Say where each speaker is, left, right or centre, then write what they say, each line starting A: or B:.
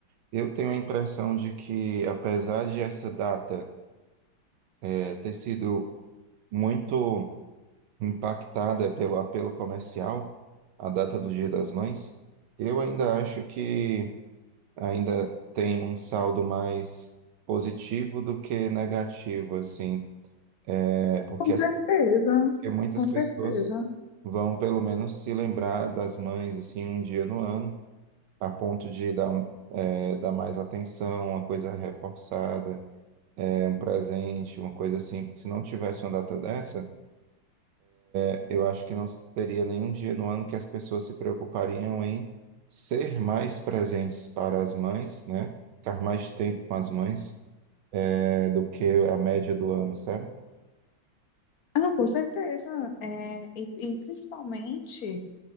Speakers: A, on the right; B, on the left.
A: eu tenho a impressão de que, apesar de essa data é, ter sido muito impactada pelo apelo comercial, a data do Dia das Mães, eu ainda acho que ainda tem um saldo mais positivo do que negativo, assim, é, porque,
B: Com
A: as-
B: certeza,
A: porque muitas
B: com
A: pessoas
B: certeza.
A: vão pelo menos se lembrar das mães, assim, um dia no ano, a ponto de dar, um, é, dar mais atenção, uma coisa reforçada, é, um presente, uma coisa assim. Se não tivesse uma data dessa, é, eu acho que não teria nenhum dia no ano que as pessoas se preocupariam em ser mais presentes para as mães, né? Ficar mais tempo com as mães é, do que a média do ano, sabe?
B: Ah, com certeza. É, e, e principalmente